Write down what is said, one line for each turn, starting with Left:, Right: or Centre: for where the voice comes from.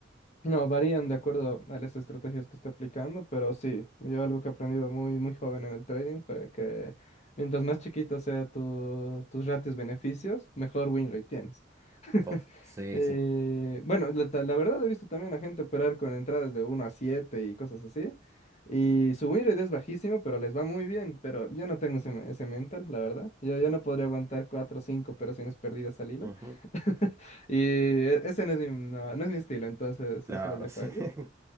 Left: No, varían de acuerdo a las estrategias que esté aplicando, pero sí, yo algo que he aprendido muy, muy joven en el trading fue que mientras más chiquito sea tu- tus ratios beneficios, mejor win rate tienes. <laughs>
Right: Oh, sí,
Left: Eh,
Right: sí.
Left: bueno, la, ta- la verdad he visto también a gente operar con entradas de uno a 7 y cosas así, y su win rate es bajísimo, pero les va muy bien, pero yo no tengo ese, ese mental, la verdad. Yo, yo no podría aguantar 4 o 5 operaciones perdidas al hilo.
Right: Ujú.
Left: <laughs> Y e- ese no es mi, no, no es mi estilo, entonces
Right: Claro,
Left: yo se los dejo
Right: sí.
Left: a ellos.
Right: <laughs>